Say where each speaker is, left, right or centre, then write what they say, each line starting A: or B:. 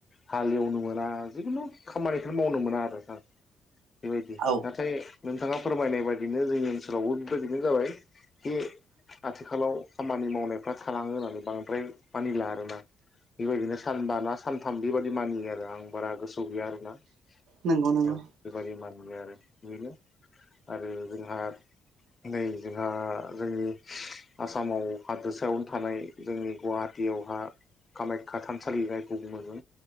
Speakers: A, on the left; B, on the right.
A: हालेवनो मोना जिखुनु खामानिखौ मावनो मोना आरो नोंथां बेबायदि
B: औ
A: नाथाय नोंथाङा फोरमायनाय बाय बिनो जों ओनसोलाव बेफोरदिनो जाबाय बे आथिखालाव खामानि मावनायफ्रा थालाङो होननानै बांद्राय मानिला आरोना बेबायदिनो सानबाना सानथाम बेबादि मानियो आरो आं बारा गोसोआव गैया आरोना औ
B: नंगौ नंगौ
A: बेबायदि मानियो आरो बेनो आरो जोंहा नै जोंहा जोंनि आसामाव हादोसायावनो थानाय जोंनि गुवाहाटियावहा कामायख्या थानसालि खौबो मोनो